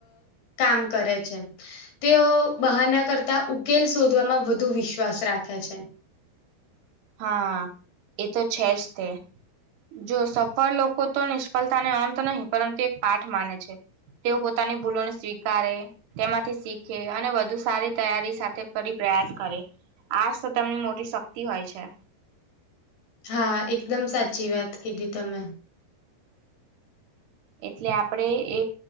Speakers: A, on the left (about 70°); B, on the right (about 75°).
A: કામ કરે છે. તેઓ બહારના કરતા ઉકેલ શોધવામાં વધુ વિશ્વાસ રાખે છે.
B: હા એ તો છે જ તે જો સફળ લોકો તો નિષ્ફળતાને અંત નહીિ પરંતુ એક પાઠ માને છે. તેઓ પોતાની ભૂલોણ સ્વીકારે તેમાંથી શીખે અને વધુ સારી તૈયારી સાથે કરીરી પ્રયાસ કરે આજ તો તમની મોટી શક્તિ હોય છે.
A: હા એકદમ સાચી વાત કીધી તમે
B: એટલે આપણે એ